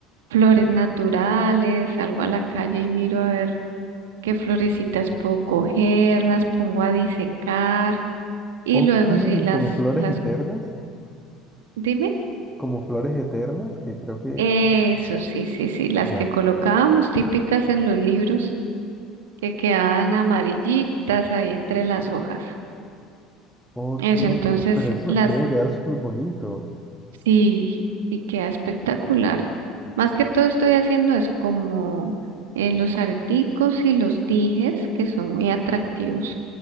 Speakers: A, on the right (about 70°); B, in the centre.
A: flores naturales, salgo a la calle y miro a ver. qué florecitas puedo coger, las pongo a disecar y
B: Ok,
A: luego sí las,
B: como flores
A: las,
B: eternas,
A: dime,
B: como flores eternas, que creo que
A: eso sí, sí, sí, las
B: ya.
A: que colocábamos típicas en los libros que quedaban amarillitas ahí entre las hojas.
B: Ok,
A: Eso, entonces
B: pero eso
A: las,
B: debe quedar súper bonito.
A: sí, y queda espectacular. Más que todo estoy haciendo eso como eh, los areticos y los dijes que son muy atractivos.